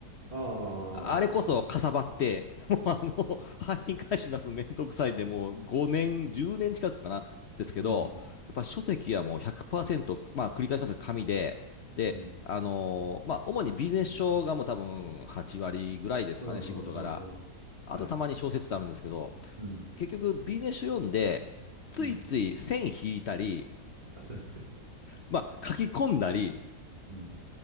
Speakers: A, on the right (about 25°); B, on the left (about 65°).
A: ああ、
B: あれこそかさばって、<laughs> もうあの、廃品回収なすめんどくさいんで、もう5年、10年近くかな、ですけど、
A: うん、
B: やっぱ書籍はもう100%、まあ繰り返しますが紙で、で、
A: うん。
B: あのーまあ主にビジネス書がもう多分8割ぐらいですかね、
A: うんうんうんうん。
B: 仕事柄。あとたまに小説ってあるんですけど、
A: はい。うん。
B: 結局ビジネス書読んで、ついつい線引いたり、
A: うん。あ、そう。
B: まあ書き込んだり、
A: うん。